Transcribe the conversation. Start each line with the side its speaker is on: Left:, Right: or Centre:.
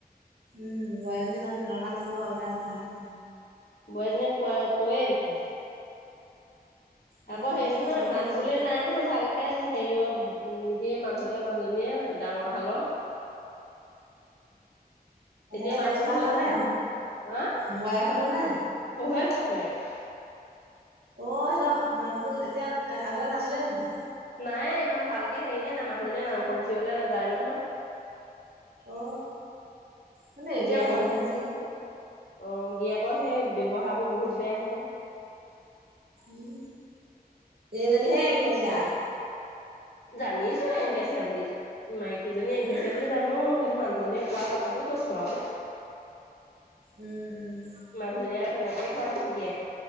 Right: উম বোৱাৰী ইমান তেনেকুৱা নহয় বাৰু তাই ভাল
Left: বোৱাজনীয়ে কৈ কোৱে দেখোন।
Right: উম,
Left: আকৌ হেৰি নহয়
Right: দিব
Left: মাত
Right: নালাগে।
Left: বোলে নাই নহয় ভালকে একে হেৰিয়ত উম সিয় মানুহতে মানুহজনীয়ে ডাঙৰ হালৰ। <unintelligible>
Right: তেহেঁতৰ
Left: এতিয়া
Right: ইয়াত
Left: মাতবোৰ
Right: থকা হ'তৰ
Left: হৈছে
Right: নে
Left: চাগে হা সহোয়েক
Right: বোৱাৰীহঁতৰ নে?
Left: আ। শাহুৱেক
Right: অ 'সিহঁতৰ মাতবোল এতিয়া আগদ নাছিলে নেকি
Left: নায়ে ইমান ভালকে হেৰিয়ে নাই মানুহজনীয়ে নামঘৰ গুচিবলৈ নাযায় নহয়।
Right: অ মানে এতিয়া
Left: গিৰিয়েকৰ
Right: ভালে নেকি চাগে।
Left: অ' গিৰিয়েকৰ সেই ব্যৱ্হাৰ বোৰ বহুত বেয়া হেনো
Right: উম এইজনান হে আহি আছে আৰু
Left: জানিছো এং কেচিয়া বুলি মাইকীজনী এং
Right: উম,
Left: কেচিয়া বুলি জানো। কিন্তু মানুহজনীয়ে কোৱা কথাাতটো কৈছো আৰু
Right: উম উম
Left: মানুহজনীয়ে আৰু তেনেকে কৰে জেক